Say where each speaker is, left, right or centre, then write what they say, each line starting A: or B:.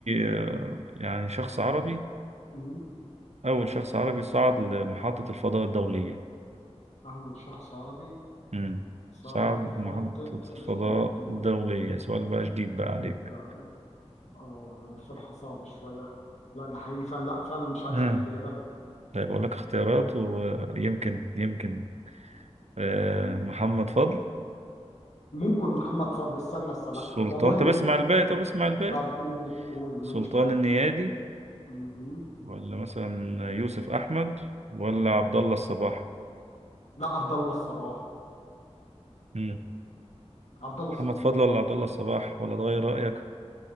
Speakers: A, on the right; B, on the left.
A: آه، يعني شخص عربي
B: مم.
A: أول شخص عربي صعد لمحطة الفضاء الدولية
B: اول شخص عربي
A: مم.
B: صعد
A: صعد
B: لمحطة
A: محطة
B: الفضاء
A: الفضاء الدولية سؤال بقى جديد بقى عليك
B: إيه ده إيه؟ اه هو بصراحة صعب شوية لا ده حقيقي فعلا لا فعلا مش عارف
A: مم.
B: الإجابة
A: طيب أقول لك اختيارات ويمكن يمكن أه... محمد فضل
B: ممكن محمد فضل استنى استنى
A: سلطان
B: والله
A: طب
B: ممكن
A: اسمع الباقي طب اسمع الباقي
B: طب قول قول
A: سلطان
B: ماشي معاك
A: النيادي
B: مهم.
A: ولا مثلا يوسف احمد ولا عبد الله الصباح
B: لا عبد الله الصباح
A: مم.
B: عبد الله
A: محمد
B: الصباح
A: فضل ولا عبد الله الصباح ولا تغير رايك